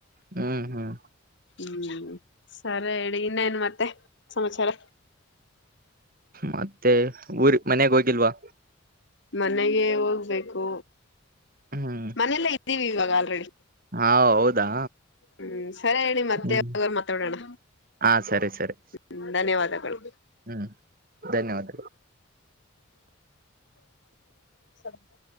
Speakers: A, on the right; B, on the left.
A: ಹ್ಮ್ ಹ್ಮ್
B: ಹ್ಮ್ ಸರಿ ಹೇಳಿ ಇನ್ನೇನು ಮತ್ತೆ ಸಮಾಚಾರ
A: ಮತ್ತೆ ಊರ್ ಮನೆಗೆ ಹೋಗಿಲ್ವಾ
B: ಮನೆಗೆ ಹೋಗ್ಬೇಕು
A: ಹ್ಮ್
B: ಮನೆಯಲ್ಲಿ ಇದ್ದೀವಿ ಇವಾಗ ಆಲ್ರೆಡಿ
A: ಹಾ ಹೌದಾ
B: ಹ್ಮ್ ಸರಿ ಹೇಳಣಿ ಮತ್ತೆ
A: ಹ್ಮ್
B: ಅವರು ಮಾತಾಡೋಣ
A: ಹಾ ಸರಿ ಸರಿ
B: ಹ್ಮ ಧನ್ಯವಾದಗಳು
A: ಹ್ಮ್ ಧನ್ಯವಾದ.
B: <unintelligible>